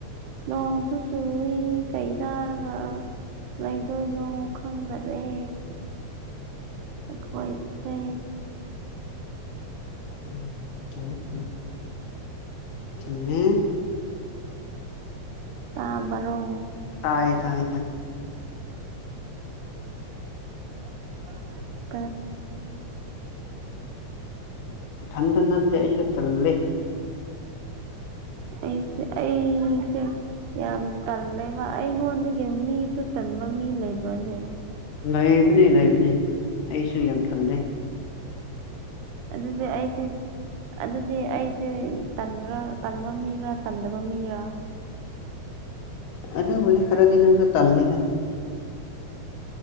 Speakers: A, on the right; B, on the left.
A: ꯅꯣꯡꯁꯨ ꯆꯨꯏ ꯀꯩ ꯆꯥꯔꯒ ꯂꯩꯗꯣꯏꯅꯣ ꯈꯪꯗꯔꯦ ꯑꯦꯈꯣꯏꯁꯦ
B: ꯎꯝ ꯆꯨꯝꯃꯦ ꯆꯨꯨꯝꯃꯦ ꯆꯨꯃꯦ
A: ꯇꯥꯕꯔꯣ
B: ꯇꯥꯏ ꯇꯥꯏ
A: <unintelligible>
B: ꯎꯝ ꯅꯥꯊꯟꯗ ꯅꯠꯇꯦ ꯑꯩꯁꯨ ꯇꯟꯂꯦ
A: ꯑꯩꯁꯦ ꯑꯩꯁꯦ ꯌꯥꯝ ꯇꯜꯂꯦꯕ ꯑꯩꯉꯣꯟꯗꯒꯤ ꯃꯤꯁꯨ ꯇꯟꯕ ꯃꯤ ꯂꯩꯕ꯭ꯔꯅꯦ
B: ꯂꯩꯕꯅꯦ ꯂꯩꯕꯅꯦ ꯑꯩꯁꯨ ꯌꯥꯝ ꯇꯜꯂꯦ
A: ꯑꯗꯨꯗꯤ ꯑꯩꯁꯨ ꯑꯗꯨꯗꯤ ꯑꯩ ꯁꯤ ꯇꯟꯕ꯭ꯔꯥ ꯇꯟꯕ ꯃꯤꯔꯥ ꯇꯟꯗꯕ ꯃꯤꯔ
B: ꯑꯗꯨꯕꯨꯗꯤ ꯈꯔꯗꯤ ꯑꯗꯨꯝꯁꯨ ꯇꯜꯂꯤꯗ